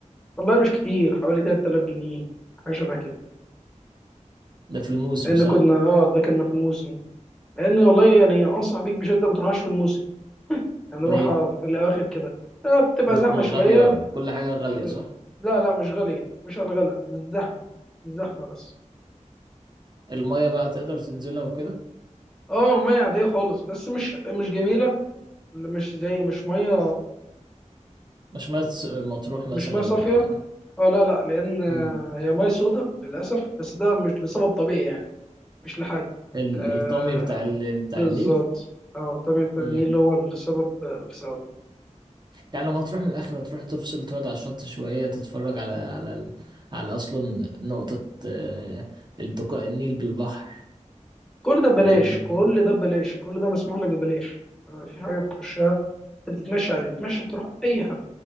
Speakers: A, in the centre; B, on the right.
A: والله مش كتير حوالي 3000 جنيه حاجه شبه كده
B: ده في الموسم
A: لان
B: صح
A: كنا اه ده كنا في الموسم لان والله يعني انصح بيك بشده ما تروحش في الموسم يعني روحها
B: ليه
A: في الاواخر كده آه بتبقى
B: بتكون
A: زحمه
B: غاليه
A: شويه
B: كل حاجه غاليه
A: و...
B: صح
A: لا لا مش غاليه مش على الغلا الزحمه الزحمه بس
B: الميه بقى تقدر تنزلها وكده
A: اه الميه عاديه خالص بس مش مش جميله مش زي مش ميه
B: مش مية س- مطروح مثلا
A: مش ميه صافيه
B: آه،
A: اه لا لا لان آه،
B: مم.
A: هي ميه سودة للاسف بس ده مش لسبب طبيعي يعني مش لحاجه
B: ال-
A: آه،
B: الطامي بتاع ال... بتاع
A: بالظبط
B: النيل
A: اه الطبيعي بتاع
B: مم.
A: النيل هو السبب آه، في سبب
B: يعني لو هتروح من الاخر هتروح تفصل تقعد على الشط شويه تتفرج على على ال- على اصلا نقطه آه، التقاء النيل بالبحر
A: كل ده ببلاش
B: لان
A: كل ده ببلاش كل ده مسموح لك ببلاش آه، في حاجه بتخشها انت بتتمشى عادي بتتمشى تروح اي حد